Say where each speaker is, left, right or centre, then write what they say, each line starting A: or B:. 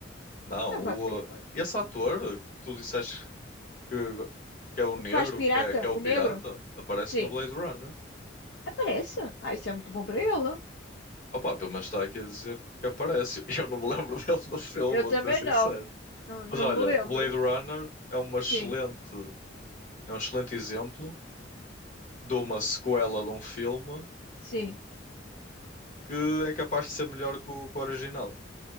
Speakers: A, on the left (about 45°); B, on the left (about 65°).
A: Não.
B: Está
A: O,
B: a falar do quê agora?
A: uh, esse ator que tu disseste que, que é o negro,
B: O que faz de pirata?
A: que é, que é o pirata,
B: O negro?
A: aparece
B: Sim.
A: no Blade Runner.
B: Aparece. Ah, isso é muito bom para ele.
A: Opa, pelo menos está aqui a dizer que aparece. <laughs> Eu não me lembro <laughs> dele no filme,
B: Eu
A: vou
B: também
A: ser sincero.
B: não. Não, não
A: Mas olha,
B: me lembro.
A: o Blade Runner é uma
B: Sim,
A: excelente, é um excelente exemplo de uma sequela de um filme
B: sim.
A: que é capaz de ser melhor que o, que o original,